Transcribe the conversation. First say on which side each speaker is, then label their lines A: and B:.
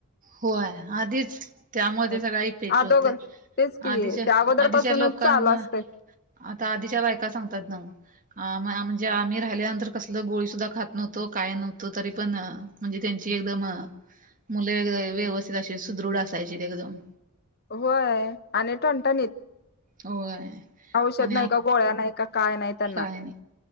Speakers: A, on the right (about 40°); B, on the left (about 45°).
A: होय आधीच त्यामध्ये
B: आहेत.
A: सगळ इफेक्ट
B: अदोगर
A: होतय
B: तेच की
A: आधीच्या
B: त्या अगोदर
A: आधीच्या
B: पासूनच
A: लोक कना
B: चालू असतय
A: आता आधीच्या बायका सांगतात ना. अ म्हणजे आम्ही राहिल्यानंतर कसल गोळी सुद्धा खात नव्हतो काय नव्हतं तरी पण म्हणजे त्यांची एकदम मूल व्यवस्थित अशी सुदृढ असायची एकदम.
B: होय आणि ठंटाणीत
A: होय
B: औषध
A: आणि
B: नाही
A: आ
B: का गोळ्या नाही. काय नाही त्यांना
A: काय नाही